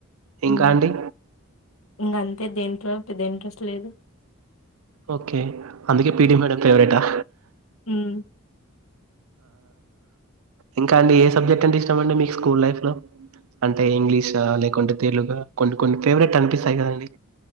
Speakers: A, on the right (about 75°); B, on the left (about 65°).
A: ఇంకా
B: ఉ మ్
A: అండి
B: ఇంకా అంతే దేంట్లో పెద్ద ఇదింట్రెస్ట్ లేదు
A: ఓకే అందుకే పిటీ మేడం ఫేవరేట్ ఆ
B: హ్మ్
A: ఇంకా అండి ఏ సబ్జెక్ట్ అంటే ఇష్టామ అండి మీకు స్కూల్ లైఫ్ లో అంటే ఇంగ్లీషా లేకుంటే తెలుగు కొన్ని కొన్ని ఫేవరెట్ అనిపిస్తాయి కదండి